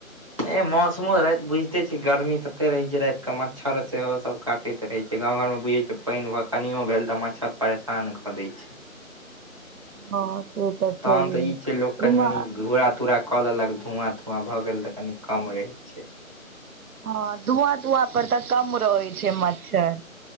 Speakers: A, on the right; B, on the right.
A: ए मौसमो राइत बुझते छै गर्मी तते रहे छै राइत क मच्छर सेहो सब काट टैत रहे छै गाँंव घर में बुझे छिए पैइन कनियो भेल तऽ मच्छर परेशान कऽ दई छै
B: हँ से छैहे
A: तहन तऽ ई छै लोक कनि
B: इम्हर
A: मनि घूरा तूरा कऽ लेलक धुआँ धुआँ भऽ गेल तऽ कनि कम रहै छै
B: हँ धुआँ धुआँ पर तऽ कम रहै छै मच्छर